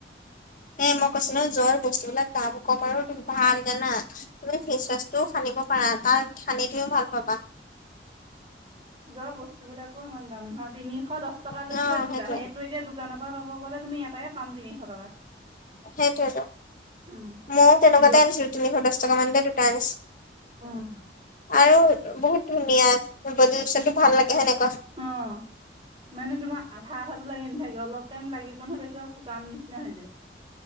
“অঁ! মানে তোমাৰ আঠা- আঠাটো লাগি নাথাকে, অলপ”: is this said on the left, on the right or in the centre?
Right